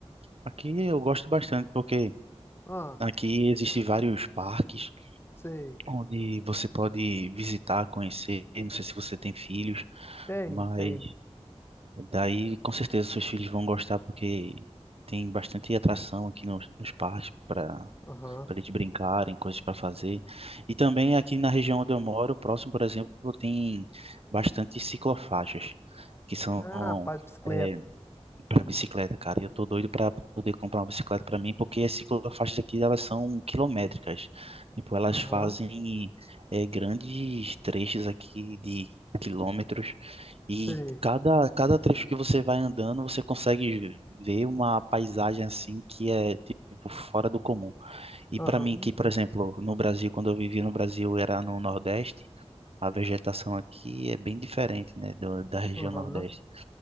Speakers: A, on the right; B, on the left.
A: aqui eu gosto bastante, porque
B: Ah,
A: aqui existem vários parques
B: sei.
A: onde você pode visitar, conhecer. Não sei se você tem filhos,
B: Tem,
A: mas
B: tem.
A: daí com certeza seus filhos vão gostar, porque tem bastante atração aqui nos, nos parques para
B: Aham.
A: para eles brincarem, coisas para fazer. E também aqui na região onde eu moro, próximo, por exemplo, tem bastante ciclofaixas, que são
B: Ah, pá, de bicicleta.
A: é, para bicicleta, cara. E eu tô doido para poder comprar uma bicicleta para mim, porque as ciclofaixas aqui elas são quilométricas. Tipo, elas
B: Aham,
A: fazem é, grandes trechos aqui de quilômetros e
B: sei.
A: cada cada trecho que você vai andando, você consegue ver uma paisagem assim que é tipo fora do comum. E
B: Aham,
A: para mim, que, por exemplo, no Brasil, quando eu vivia no Brasil, era no Nordeste, a vegetação aqui é bem diferente, né, do- da região
B: aham,
A: Nordeste.